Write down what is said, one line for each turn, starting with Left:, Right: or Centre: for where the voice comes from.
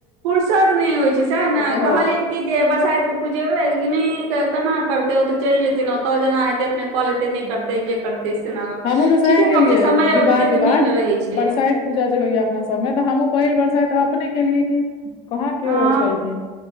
Right: फुुरसत नहि होइ छै सएह ने
Left: ओएह
Right: कहलियनि
Left: छै
Right: कि जे बरसाइत में पुजेबै लेकिन नहि क केना करतै ओ त चलि जेतै ने ओतऽ जेना हेतय अपने क लेतै नहिं
Left: हूं
Right: करतै जे करतै
Left: हूं
Right: सेन ठीके
Left: हमहूँ तऽ सएह केलियै
Right: गप्प छै समय
Left: विवाह
Right: ओतेक
Left: के बाद
Right: नहि ने रहै छै
Left: बरसाइत पूजा जे होइया अपना सभमे तऽ हमहूँ पहिल वर्षा तऽ अपने केलियै कि कहाँ केओ
Right: हँ
Left: छलखिन